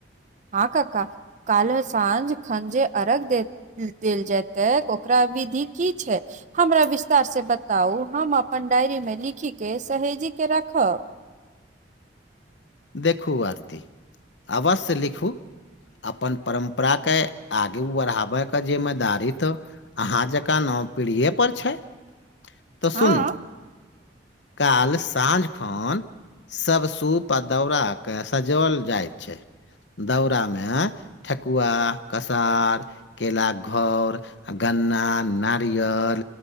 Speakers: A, on the right; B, on the left.
A: हँ कका काल साँझ खंजे अरग देैत देल जेयतै ओकरा विधि की छै हमरा विस्तार से बताउ हम अपन डायरीमे लिखी के सहेजी के रखब
B: देखू आरती अवश्य लिखू अपन परम्पराके आगू बढ़ाबैके के जिम्मेदारी तऽ अहाँ जकाँ नव पीढ़ीए पर छै तऽ
A: हँ
B: सुनू काल साँझ खन सब सुूप पदौड़ के सजोल जाय छै दौरा मे आं ठकुआ कसार केलरा घर आ गन्ना नारियल